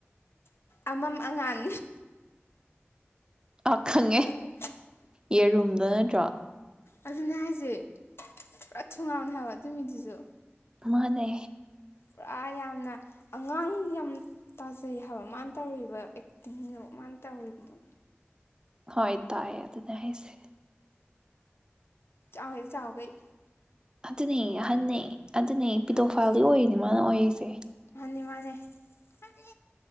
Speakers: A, on the left; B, on the right.
A: ꯑꯃꯝ ꯑꯉꯥꯟ
B: ꯑ ꯈꯪꯉꯦ
A: ꯈꯪꯉꯨ
B: ꯌꯦꯔꯨꯝꯗꯣ ꯅꯠꯇ꯭ꯔꯣ
A: ꯑꯗꯨꯅꯦ ꯍꯥꯏꯖꯦ ꯄꯨꯔꯥ ꯊꯨꯉꯥꯎꯅꯦ ꯍꯥꯏꯕ ꯑꯗꯨ ꯃꯤꯗꯨꯖꯨ
B: ꯃꯥꯅꯦ
A: ꯄꯨꯔꯥ ꯌꯥꯝꯅ ꯑꯉꯥꯡ ꯌꯥꯝ ꯇꯥꯖꯩ ꯍꯥꯏꯕ ꯃꯥꯅ ꯇꯧꯔꯤꯕ ꯑꯦꯛꯇꯤꯡꯗꯣ ꯃꯥꯅ ꯇꯧꯔꯤꯕꯗꯣ
B: ꯍꯣꯏ ꯇꯥꯏꯌꯦ ꯑꯗꯨꯅꯦ ꯍꯥꯏꯁꯦ
A: ꯏꯆꯥꯎꯍꯦꯛ ꯆꯥꯎꯒꯩ
B: ꯑꯗꯨꯅꯦ ꯑꯍꯟꯅꯦ ꯑꯗꯨꯅꯦ ꯄꯤꯗꯣꯐꯥꯜꯗꯤ
A: ꯑꯗꯨꯅ ꯍꯧꯖꯤꯛ
B: ꯑꯣꯏꯔꯤꯅꯦ ꯃꯥꯅ ꯑꯣꯏꯔꯤꯁꯦ
A: ꯃꯥꯅꯤ ꯃꯥꯅꯤ ꯃꯥꯅꯦ